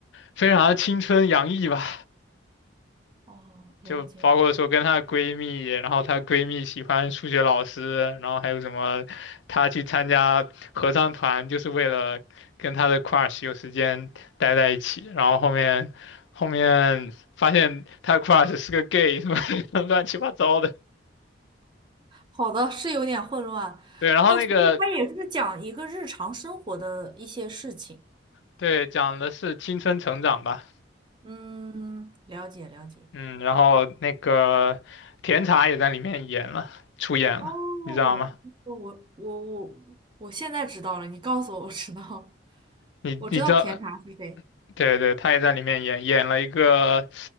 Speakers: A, on the left (about 65°); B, on the right (about 25°).
A: 非常的青春洋溢吧。
B: 哦，了解。
A: 就包括说跟她的闺蜜，然后她闺蜜喜欢数学老师，然后还有什么，她去参加合唱团就是为了跟她的 crush 有时间待在一起，然后后面后面发现她 crush 是个 gay，什么 <laughs> 乱七八糟的。
B: 好的，是有点混乱。
A: 对，然后那个
B: 哦，所以它也是讲一个日常生活的一些事情。
A: 对讲的是青春成长吧。
B: 嗯，了解了解。
A: 嗯，然后那个甜茶也在里面演了，出演了，
B: 哦，
A: 你知道吗？
B: 我我我我现在知道了，你告诉我，我知道了
A: 你你知道，
B: 我知道甜茶是谁。
A: 对对，他也在里面演演了一个